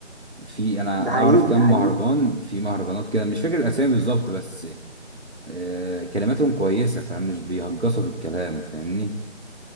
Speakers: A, on the right; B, on the right.
A: في انا
B: ده حقيقي
A: اعرف كام
B: ده حقيقي
A: مهرجان في مهرجانات كده مش فاكر الاسامي بالظبط بس آه كلماتهم كويسه فاهم مش بيهجصوا في الكلام فاهمني